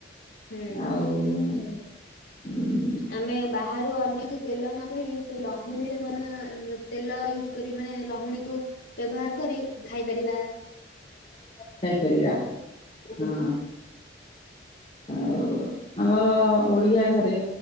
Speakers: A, on the left; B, on the left.
A: ହୁଁ
B: ଆଉ ଉଁ!
A: ଆମେ ବାହାରୁ ଅନ୍ୟ କିଛି ତେଲ ନ କିଣି, ସେଇ ଲହୁଣୀରେ ମଧ୍ୟ ଅଁ ଏମ ତେଲ ୟୁଜ୍ କରି ରି। ମାନେ ଲହୁଣୀ କୁ ବ୍ୟବହାର କରି ଖାଇ ପାରିବା।
B: ଖାଇପାରିବା। ହୁଁ। ଆଉ! ଆମର ଓଡିଆ ଘରେ